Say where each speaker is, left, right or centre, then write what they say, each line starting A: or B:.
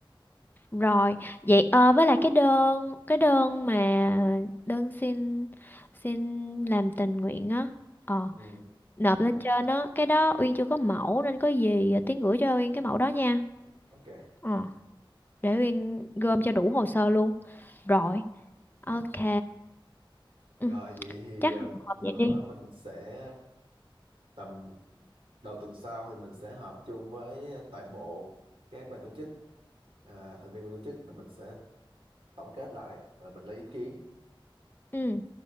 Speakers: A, on the left; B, on the right.
A: rồi vậy ờ, với lại cái đơn cái đơn mà đơn xin xin làm tình nguyện á ờ
B: ừ,
A: nộp lên trên á cái đó Uyên chưa có mẫu nên có gì Tiến gửi cho Uyên cái mẫu đó nha
B: ok
A: ờ để Uyên gom cho đủ hồ sơ luôn rồi ok
B: rồi
A: ừ.
B: rồi vậy thì
A: chắc
B: ờ,
A: hợp
B: nữa
A: vậy đi
B: mình sẽ tầm đầu tuần sau thì mình sẽ họp chung với toàn bộ các ban tổ chức à, thành viên ban tổ chức nên mình sẽ tổng kết lại rồi mình lấy ý kiến
A: ừ